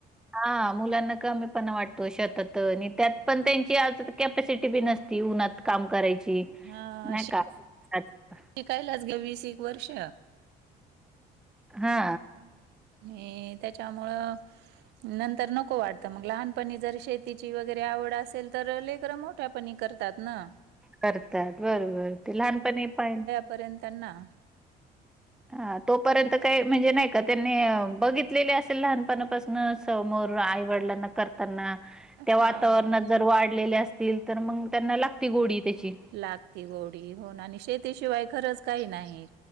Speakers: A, in the centre; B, on the right.
A: हा मुलांना कमी पणा वाटतो शतात आणि त्यात पण त्यांची आज कॅपॅसिटी बी नसती उन्हात काम करायची
B: हां,
A: नाही का असं.
B: शिकायलाच घे वीस, एक वर्ष
A: हा..
B: आणि त्याच्यामुळं नंतर नको वाटतं मग लहानपणी जर शेतीची वगैरे आवड असेल तर लेकर मोठ्या पणी करतात ना.
A: करतात बरोबर ते लहानपणी पण
B: पर्यंत त्यांना
A: हा तोपर्यंत काही म्हणजे नाही का त्यांनी बघितलेले असेल लहानपणापासूनच समोर आई वडिलांना करताना त्या वातावरणात
B: हां.
A: जर वाढलेल्या असतील तर मग त्यांना लागते गोडी त्याची
B: लागती गोडी होन आणि शेतीशिवाय खरंच काही नाही